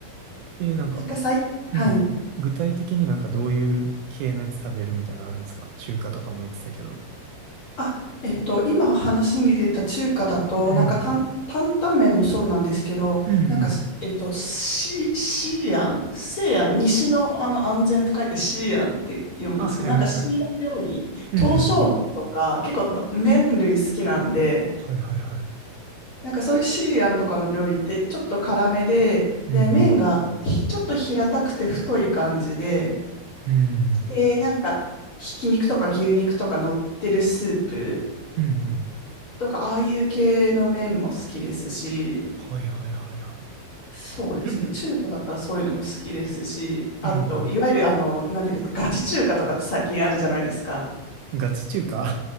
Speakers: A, on the right; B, on the left.
A: う。え、なんか、
B: なんかさい、はい。
A: うん。具体的になんかどういう系のやつ食べるみたいなのあるんですか中華とかも言ってたけど。
B: あ、えっと、今話に出た中華だと、
A: うん。
B: なんか担、担々麺もそうなんですけど、
A: うんうん。
B: なんか、えっと、シ、シーアン、西安、西の、あの安全って書いてシーアンって読むんですけど、
A: あ、はいはいはい。
B: なんかシーアン料理、
A: うんうんうん。
B: 刀削麺とか、結構麺類好きなんで、
A: はいはいはい。
B: なんかそういうシーアンとかの料理ってちょっと辛めで、
A: うん
B: で、麺がひちょっと平たくて太い感じで、
A: うん。うん
B: で、なんか、ひき肉とか牛肉とか乗ってるスープ。
A: うん。うん
B: とか、ああいう系の麺も好きですし、
A: はいはいはいはい。
B: そうですね、
A: <clears throat>
B: 中華だったらそういうのも好きですし、あと、
A: うん
B: いわゆる、あの、なんていうんですか、ガチ中華とかって最近あるじゃないですか。
A: うん。ガチ中華